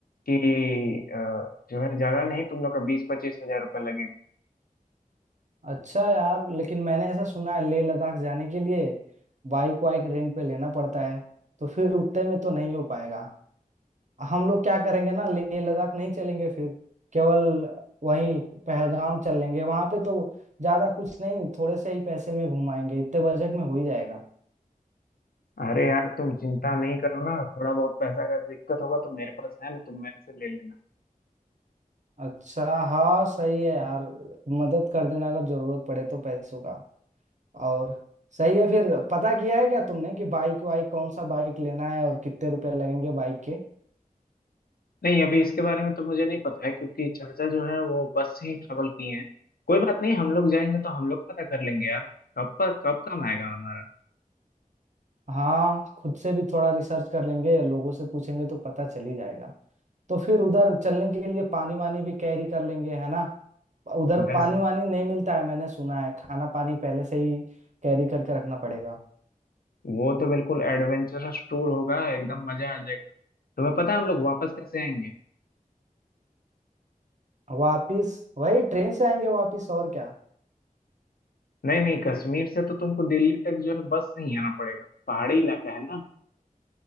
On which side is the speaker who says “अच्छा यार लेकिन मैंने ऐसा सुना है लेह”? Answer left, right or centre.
Right